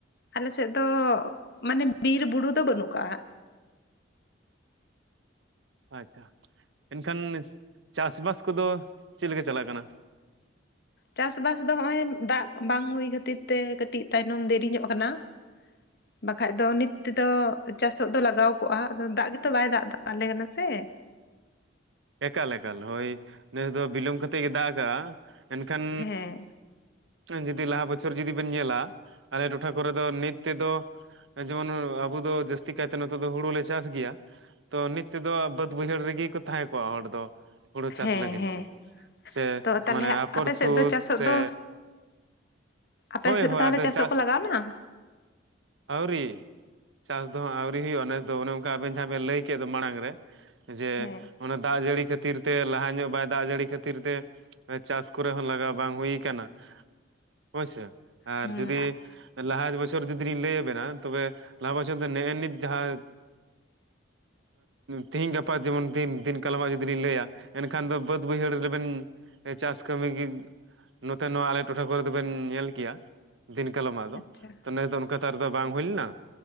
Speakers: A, on the left; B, on the right.
A: ᱟᱞᱮᱥᱮᱫ ᱫᱚ ᱢᱟᱱᱮ ᱵᱤᱨ ᱵᱩᱨᱩ ᱫᱚ ᱵᱟᱹᱱᱩᱜ ᱠᱟᱜᱼᱟ᱾
B: ᱟᱪᱪᱷᱟ, ᱮᱱᱠᱷᱟᱱ ᱪᱟᱥᱵᱟᱥ ᱠᱚᱫᱚ ᱪᱮᱫ ᱞᱮᱠᱟ ᱪᱟᱞᱟᱜ ᱠᱟᱱᱟ?
A: ᱪᱟᱥᱵᱟᱥ ᱫᱚ ᱱᱚᱜᱼᱚᱭ ᱫᱟᱜ ᱵᱟᱝ ᱦᱩᱭ ᱠᱷᱟᱹᱛᱤᱨ ᱛᱮ ᱠᱟᱹᱴᱤᱡ ᱛᱟᱭᱱᱚᱢ ᱫᱮᱨᱤ ᱧᱚᱜ ᱠᱟᱱᱟ᱾ <inaudible> ᱵᱟᱠᱷᱟᱡ ᱫᱚ ᱱᱤᱛ ᱛᱮᱫᱚ ᱪᱟᱥᱚᱜ ᱫᱚ ᱞᱟᱜᱟᱣ ᱠᱚᱜᱼᱟ ᱟᱫᱚ ᱫᱟᱜ ᱜᱮᱛᱚ ᱵᱟᱭ ᱫᱟᱜ ᱟᱞᱮ ᱠᱟᱱᱟ ᱥᱮ᱾
B: ᱮᱠᱟᱞ ᱮᱠᱟᱞ ᱦᱳᱭ ᱱᱮᱥ ᱫᱚ ᱵᱤᱞᱚᱢ ᱠᱟᱛᱮ ᱜᱮ ᱫᱟᱜ ᱠᱟᱜᱼᱟ ᱮᱱᱠᱷᱟᱱ
A: ᱦᱮᱸ
B: ᱡᱩᱫᱤ ᱞᱟᱦᱟ ᱵᱚᱪᱷᱚᱨ ᱡᱩᱫᱤ ᱵᱮᱱ ᱧᱮᱞᱟ ᱟᱞᱮ ᱴᱚᱴᱷᱟ ᱠᱚᱨᱮ ᱫᱚ ᱱᱤᱛ ᱛᱮᱫᱚ ᱡᱮᱢᱚᱱ ᱟᱵᱚ ᱫᱚ ᱡᱟᱹᱥᱛᱤ ᱠᱟᱭᱛᱮ ᱱᱚᱛᱮ ᱫᱚ ᱦᱩᱲᱩᱞᱮ ᱪᱟᱥ ᱜᱮᱭᱟ᱾ ᱛᱚ ᱱᱤᱛ ᱛᱮᱫᱚ ᱵᱟᱹᱫ ᱵᱟᱹᱭᱦᱟᱹᱲ ᱨᱮᱜᱮ ᱠᱚ ᱛᱟᱦᱮᱸ ᱠᱚᱜᱼᱟ ᱦᱚᱲ ᱫᱚ᱾ ᱦᱩᱲᱩ ᱪᱟᱥ
A: ᱦᱮᱸ
B: ᱞᱟᱹᱜᱤᱱ
A: ᱦᱮᱸ
B: ᱛᱮ ᱥᱮ
A: ᱛᱚ ᱛᱟᱦᱚᱞᱮ
B: ᱢᱟᱱᱮ ᱟᱯᱷᱚᱨ
A: ᱟᱯᱮ ᱥᱮᱫ
B: ᱛᱩᱫ
A: ᱫᱚ ᱪᱟᱥᱚᱜ
B: ᱥᱮ
A: ᱫᱚ ᱟᱯᱮ
B: ᱦᱳᱭ
A: ᱥᱮᱫ ᱫᱚ
B: ᱦᱳᱭ
A: ᱛᱟᱦᱚᱞᱮ
B: ᱟᱫᱚ
A: ᱪᱟᱥᱚᱜ
B: ᱪᱟᱥ
A: ᱠᱚ ᱞᱟᱜᱟᱣᱱᱟ?
B: ᱟᱹᱣᱨᱤ᱾ ᱪᱟᱥ ᱫᱚ ᱦᱟᱸᱜ ᱟᱹᱣᱨᱤ ᱦᱩᱭᱩᱜᱼᱟ ᱱᱮᱥ ᱫᱚ ᱚᱱᱮ ᱚᱱᱠᱟ ᱟᱵᱮᱱ ᱡᱟᱦᱟᱸ ᱵᱮᱱ ᱞᱟᱹᱭ ᱠᱮᱫ ᱫᱚ ᱢᱟᱲᱟᱝ ᱨᱮ ᱡᱮ
A: ᱦᱮᱸ
B: ᱚᱱᱟ ᱫᱟᱜ ᱡᱟᱹᱲᱤ ᱠᱷᱟᱹᱛᱤᱨ ᱛᱮ ᱞᱟᱦᱟ ᱧᱚᱜ ᱵᱟᱭ ᱫᱟᱜ ᱡᱟᱹᱲᱤ ᱠᱷᱟᱹᱛᱤᱨ ᱛᱮ ᱪᱟᱥ ᱠᱚᱨᱮ ᱦᱚᱸ ᱞᱟᱜᱟᱣ ᱵᱟᱝ ᱦᱩᱭ ᱠᱟᱱᱟ ᱦᱳᱭᱥᱮ ᱟᱨ
A: ᱦᱩᱸ
B: ᱡᱩᱚᱫᱤ ᱞᱟᱦᱟ ᱵᱚᱪᱷᱚᱨ ᱡᱩᱫᱤ ᱞᱤᱧ ᱞᱟᱹᱭ ᱟᱵᱮᱱᱟ ᱛᱚᱵᱮ ᱞᱟᱦᱟ ᱵᱚᱪᱷᱚᱨ ᱫᱚ ᱱᱮᱜᱼᱮ ᱱᱤᱛ ᱡᱟᱦᱟᱸ ᱛᱤᱦᱤᱧ ᱜᱟᱯᱟ ᱡᱮᱢᱚᱱ ᱫᱤᱱ ᱫᱤᱱ ᱠᱟᱞᱚᱢᱟᱜ ᱡᱩᱫᱤ ᱞᱤᱧ ᱞᱟᱹᱭᱟ ᱮᱱᱠᱷᱟᱱ ᱫᱚ ᱵᱟᱹᱫᱽ ᱵᱟᱹᱭᱦᱟᱹᱲ ᱨᱮᱵᱮᱱ ᱪᱟᱥ ᱠᱟᱹᱢᱤ ᱜᱮ ᱱᱚᱛᱮ ᱱᱚᱣᱟ ᱟᱞᱮ ᱴᱚᱴᱷᱟ ᱠᱚᱨᱮ ᱫᱚᱵᱮᱱ ᱧᱮᱞ ᱠᱮᱭᱟ ᱫᱤᱱ ᱠᱟᱞᱚᱢᱟᱜ ᱫᱚ
A: ᱟᱪᱪᱷᱟ
B: ᱛᱚ ᱱᱮᱥ ᱫᱚ ᱚᱱᱠᱟ ᱛᱚ ᱵᱟᱝ ᱦᱩᱭ ᱞᱮᱱᱟ